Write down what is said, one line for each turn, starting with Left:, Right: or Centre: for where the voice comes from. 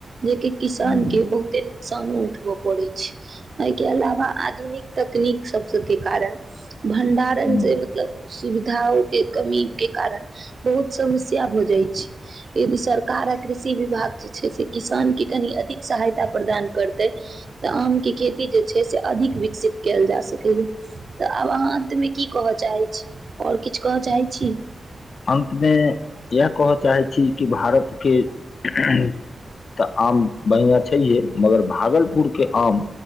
Right: जेक किसान
Left: हूं
Right: के बहुते नुकसानो उठबऽ पड़े छै एहि के अलावा आधुनिक तकनीक सब -सब के कारण भंडारण
Left: हूं
Right: जे मतलब। सुविधाओे कमीके कारण बहुत समस्या भऽ जाइत छै यदि सरकार आ कृषि विभाग जे छै से किसानके कनि अधिक सहायता प्रदान करतै तऽ आमके खेती जे छै से अधिक विकसित कयल जा सकैए तऽ आब अहाँ अन्तमे की कहय चाहैत छी। आओर किछु कर चइ छी। <unintelligible>
Left: अन्तमे इएह कहऽ चाहै छी कि भारत- के तऽ आम बढ़िआं छैहे मगर भागलपुर। पुर के आम